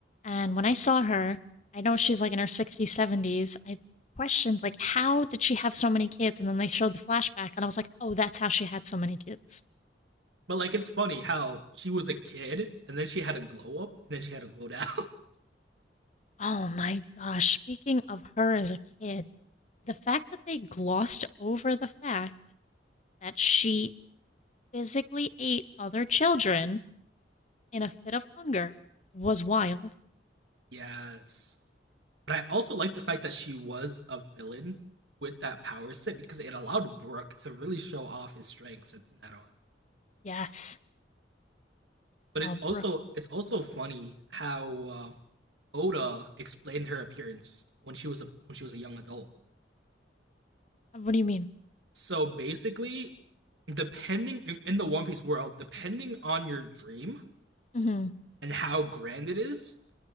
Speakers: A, on the left (about 40°); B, on the right (about 80°).
A: And when I saw her, I know she's like in her 60s, 70s. I questioned, like, how did she have so many kids? And then they showed the flashback, and I was like, oh, that's how she had so many kids.
B: But like it's funny how she was a kid and then she had a glow up and then she had a glow down.
A: Oh my gosh. Speaking of her as a kid, the fact that they glossed over the fact that she physically ate other children in a fit of hunger was wild.
B: <laughs> yes. But I also like the fact that she was a villain with that power set because it allowed Brook to really show off his strengths in that arc.
A: Yes.
B: But
A: Oh,
B: it's also
A: Brooke,
B: it's also funny how uh, Oda explained her appearance when she was a when she was a young adult.
A: what do you mean?
B: So basically, depending in the One Piece world, depending on your dream
A: hmm
B: and how grand it is,